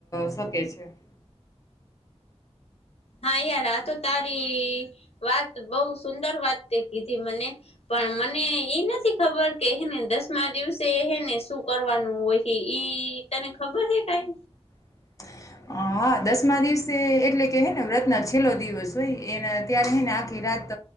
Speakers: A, on the left; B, on the left.
A: શકે છે. <inaudible>
B: હા, યાર આ તો તારી વાત બવ સુંદર વાત તે કીધી મને પણ મને નથી ખબર કે એને દસમા દિવસેને શું કરવાનું હોય ઈ એ તને ખબર છે કઈ?
A: <inaudible> હા, દસમા દિવસે એટલે કે હેને વ્રત્ન છેલ્લો દિવસ હોય એને ત્યારે હ ને આખી રાત